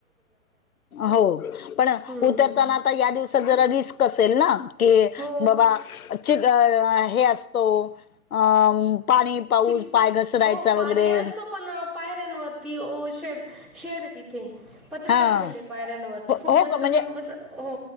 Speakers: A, on the left (about 85°); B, in the centre.
A: हो, पण
B: हम्म.
A: उतरताना आता या दिवसात जरा रिस्क असेल ना की
B: हो
A: बाबा ची हे असतो अम पाणी पाऊस
B: चिक
A: पाय घसरायचा
B: हो पाणी
A: वगैरे
B: असतं पण पायऱ्यांवरती वो शेड शेड आहे तिथे पत्रे
A: हा
B: टाकलेले पायऱ्यांवरती
A: हो
B: खूप
A: हो
B: जास्त
A: का म्हणजे
B: पण बस हो